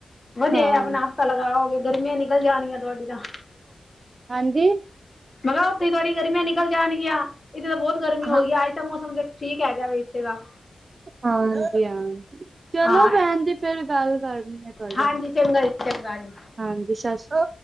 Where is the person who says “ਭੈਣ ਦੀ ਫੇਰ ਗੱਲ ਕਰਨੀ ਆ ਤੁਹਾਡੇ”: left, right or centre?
Right